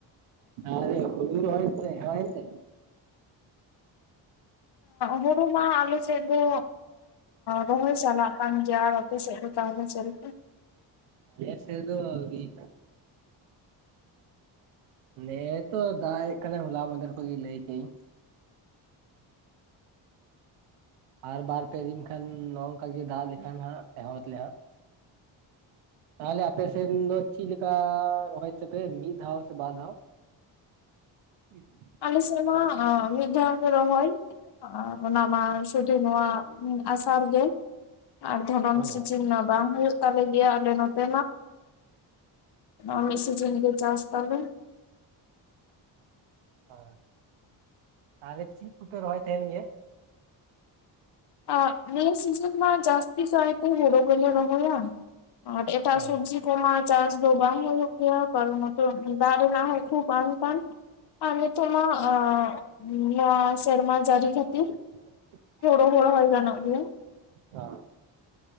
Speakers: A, on the right (about 80°); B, on the left (about 55°).
A: ᱟᱨᱮ ᱦᱩᱲᱩ ᱨᱚᱦᱚᱭ ᱛᱮ ᱦᱚᱭᱛᱮ
B: ᱦᱩᱲᱩ ᱢᱟ ᱟᱞᱮ ᱥᱮᱫ ᱫᱚ ᱨᱚᱦᱚᱭ ᱪᱟᱞᱟᱜ ᱠᱟᱱ ᱜᱮᱭᱟ ᱟᱯᱮ ᱥᱮᱫ ᱫᱚ ᱛᱟᱦᱚᱞᱮ ᱪᱮᱫ ᱞᱮᱠᱟ
A: ᱟᱞᱮ ᱥᱮᱫ ᱫᱚ ᱟᱣᱹᱨᱤᱭᱟ ᱱᱮᱜ- ᱮ ᱛᱚ ᱫᱟᱜ ᱦᱮᱡ ᱠᱟᱱᱟᱭ ᱦᱚᱞᱟ ᱢᱟᱫᱷᱮᱨ ᱠᱷᱚᱡ ᱜᱮ ᱞᱟᱹᱭ ᱠᱮᱫ ᱟᱹᱧ ᱟᱨ ᱵᱟᱨ ᱯᱮ ᱫᱤᱱ ᱠᱷᱟᱱ ᱱᱚᱜ ᱱᱚᱝᱠᱟ ᱜᱮ ᱫᱟᱜ ᱞᱮᱠᱷᱟᱱ ᱦᱟᱸᱜ ᱮᱦᱚᱵ ᱞᱮ ᱦᱟᱸᱜ
B: <inaudible>
A: ᱛᱟᱦᱚᱞᱮ ᱟᱯᱮᱥᱮᱫ ᱫᱚ ᱪᱮᱫ ᱞᱮᱠᱟ ᱨᱚᱦᱚᱭ ᱛᱮᱯᱮ ᱢᱤᱫ ᱫᱷᱟᱣ ᱥᱮ ᱵᱟᱨ ᱫᱷᱟᱣ <unintelligible>
B: ᱟᱞᱮ ᱥᱮᱡ ᱢᱟ ᱢᱤᱫ ᱫᱷᱟᱣ ᱜᱮ ᱨᱚᱦᱚᱭ ᱚᱱᱟ ᱢᱟ <unintelligible> ᱱᱚᱣᱟ ᱟᱥᱟᱲ ᱜᱮ ᱟᱨ ᱫᱷᱚᱨᱚᱱ
A: ᱦᱳᱭ
B: ᱥᱮᱡᱤᱱ
A: ᱦᱳᱭ
B: ᱢᱟ ᱵᱟᱝ ᱦᱳᱭᱳᱜ ᱛᱟᱞᱮ ᱜᱮᱭᱟ ᱟᱞᱮ ᱱᱚᱛᱮ ᱢᱟ ᱢᱤᱫ ᱥᱤ ᱡᱤᱱ ᱜᱮ ᱪᱟᱥ ᱛᱟᱞᱮ
A: ᱟ ᱛᱟᱦᱞᱮ ᱪᱮᱫ ᱠᱚᱯᱮ ᱨᱚᱦᱚᱭ ᱛᱟᱦᱮᱱ ᱜᱮᱭᱟ
B: ᱟᱜ ᱱᱤᱭᱟ ᱥᱤᱡᱤᱱ ᱢᱟ ᱡᱟᱥᱹᱛᱤ ᱠᱟᱭ ᱛᱮ ᱦᱩᱲᱳ ᱠᱚ ᱜᱮᱞᱮ ᱨᱚᱦᱚᱭᱟ ᱟᱨ ᱮᱴᱟᱜ
A: ᱜᱮᱭᱟ?
B: ᱥᱚᱵᱡᱤ ᱠᱚᱢᱟ ᱪᱟᱥ ᱫᱚ ᱵᱟᱝ ᱦᱩᱭᱩᱜ ᱜᱮᱭᱟ ᱠᱟᱨᱟᱱ ᱫᱟᱜ ᱨᱮᱱᱟᱜ ᱦᱚ ᱠᱷᱩᱵ ᱯᱟᱱᱴᱟᱱ ᱟᱨ ᱱᱤᱛᱚᱜ ᱢᱟ ᱟᱜ ᱱᱤᱭᱟᱹ ᱥᱮᱨᱢᱟ ᱡᱟᱲᱤ ᱠᱷᱟᱹᱛᱤᱨ
A: <inaudible>
B: <unintelligible> ᱨᱚᱦᱚᱭ ᱜᱟᱱᱚᱜ ᱜᱮᱭᱟ
A: ᱚ